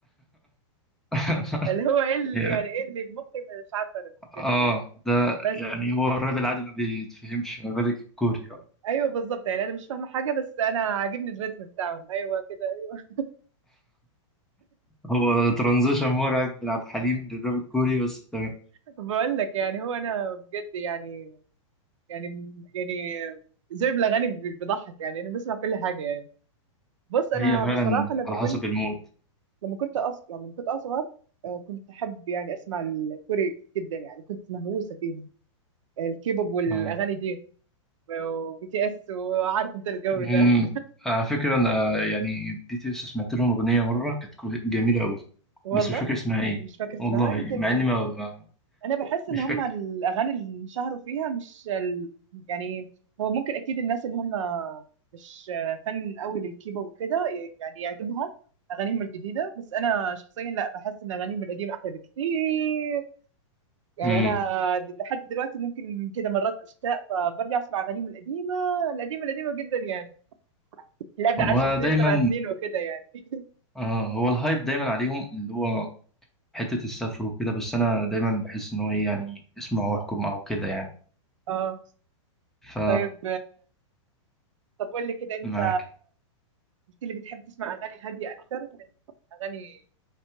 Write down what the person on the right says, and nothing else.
اللي هو ايه اللي
يعني ايه اللي مخي مش عارفه انا بجد
يعني
بس
ايوه بالظبط يعني انا مش فاهمه حاجه بس انا عاجبني الريتم بتاعهم ايوه كده ايوه
<laughs> بقول لك يعني هو انا بجد يعني يعني يعني زي الاغاني بضحك يعني انا بسمع كل حاجه يعني بص انا
بصراحه لما
كنت
لما كنت أص... يعني لما كنت اصغر آه، كنت احب يعني اسمع الكوري جدا يعني كنت مهووسه فيهم الكيبوب والاغاني
دي وبي تي اس وعارف انت الجو
ده
<laughs> والله
مش فاكر اسمها
يمكن
انا بحس ان
هم
الاغاني اللي انشهروا فيها مش ال... يعني هو ممكن اكيد الناس اللي هم مش فن قوي للكيبوب وكده يعني يعجبهم اغانيهم الجديده بس انا شخصيا لا بحس ان اغانيهم القديمه احلى بكتير يعني
انا د- لحد دلوقتي ممكن كده مرات اشتاق فبرجع اسمع اغانيهم القديمه القديمه القديمه جدا يعني اللي قبل
10 سنين
وسبع سنين وكده يعني <laughs>
اه
طيب طب قول لي كده انت
قلت لي بتحب تسمع اغاني هاديه اكتر من اغاني